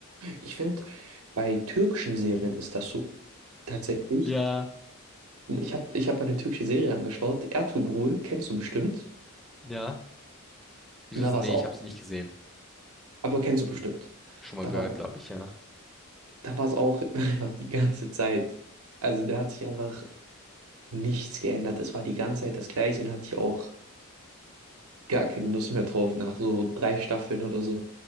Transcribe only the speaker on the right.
Ich finde, bei türkischen Serien ist das so tatsächlich.
Ich habe ich hab eine türkische Serie angeschaut, Ertugrul, kennst du bestimmt.
Und da
war
es auch,
aber kennst du bestimmt.
Da
war es
da war es auch <laughs> einfach die ganze Zeit. Also da hat sich einfach nichts geändert. Es war die ganze Zeit das Gleiche und hatte ich auch gar keine Lust mehr drauf nach so drei Staffeln oder so.